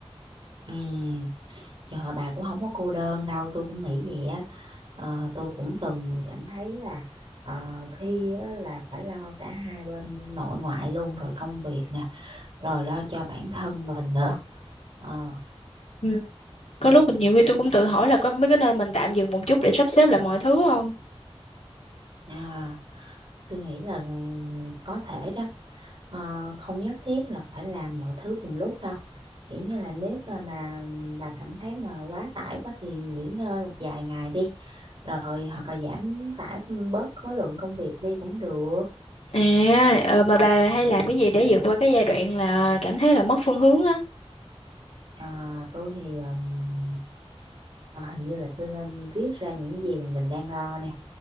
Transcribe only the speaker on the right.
ừm, trời ơi, bà cũng không có cô đơn đâu tôi cũng nghĩ vậy á Ờ, tôi cũng từng cảm thấy là ờ, khi á là phải lo cả hai bên nội ngoại luôn rồi công việc nè rồi lo cho bản thân mình nữa ờ
à. tôi nghĩ là ừ, có thể đó Ờ, không nhất thiết là phải làm mọi thứ cùng lúc đâu kiểu như là nếu mà mà mà cảm thấy mà quá tải quá thì nghỉ ngơi một vài ngày đi rồi hoặc là giảm tải bớt khối lượng công việc đi cũng được
À, tôi thì ừm, ờ, hình như là tôi nên viết ra những gì mà mình đang lo nè